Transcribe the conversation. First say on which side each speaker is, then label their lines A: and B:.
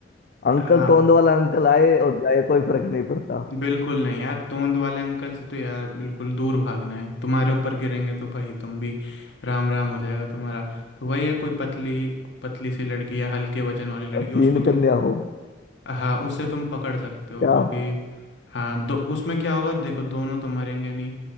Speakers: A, on the left; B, on the left.
A: अंकल
B: हाँ
A: तोंद वाला अंकल आए और जाए कोई फर्क नहीं पड़ता
B: बिल्कुल नहीं यार तोंद वाले अंकल से तो यार बिल्कुल दूर भागना है तुम्हारे ऊपर गिरेंगे तो भाई तुम भी राम राम हो जाएगा तुम्हारा तो वही है कोई पतली पतली सी लड़की या हल्के वजन वाली लड़की
A: और सीन
B: उसको तुम
A: कन्या हो
B: हाँ उससे तुम पकड़ सकते हो
A: क्या
B: क्योंकि हाँ दो उसमें क्या होगा देखो दोनों तो मरेंगे नहीं